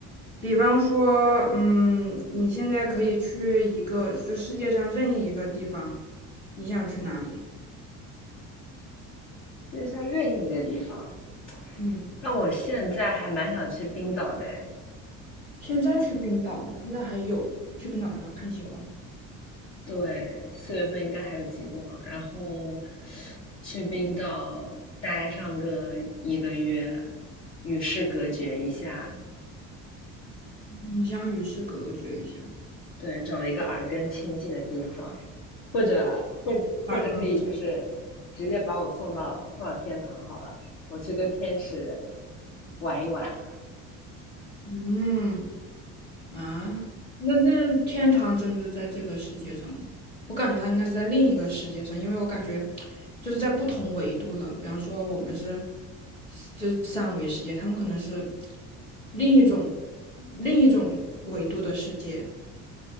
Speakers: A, on the left; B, on the left.
A: 比方说，嗯，你现在可以去一个，就世界上任意一个地方，你想去哪里？
B: 就像任意一个地方，
A: 嗯，
B: 那我现在还蛮想去冰岛的
A: 现在去冰岛吗？现在还有去冰岛干嘛？看极光吗
B: 对，四月份应该还有极光，然后去冰岛待上个一个月，与世隔绝一下，
A: 你想与世隔绝一下，
B: 对，找一个耳根清净的地方，或者或者或者可以就是
A: 二分不同
B: 直接把我送到送到天堂好了，我去跟天使玩一玩。
A: 嗯。啊，那那天堂真的在这个世界上吗？我感觉它应该是在另一个世界上，因为我感觉就是在不同维度的。比方说我们是就是三维世界，他们可能是另一种另一种维度的世界。